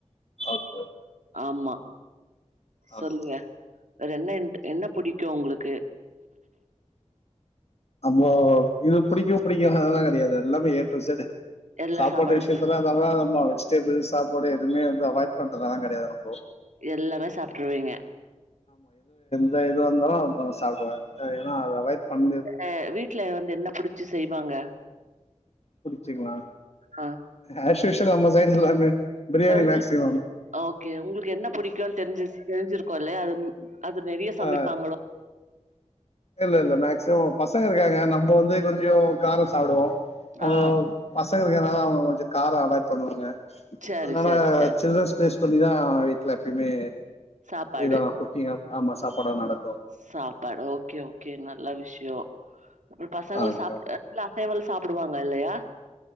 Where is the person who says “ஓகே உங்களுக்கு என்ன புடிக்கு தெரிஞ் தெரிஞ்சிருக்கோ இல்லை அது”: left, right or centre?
Right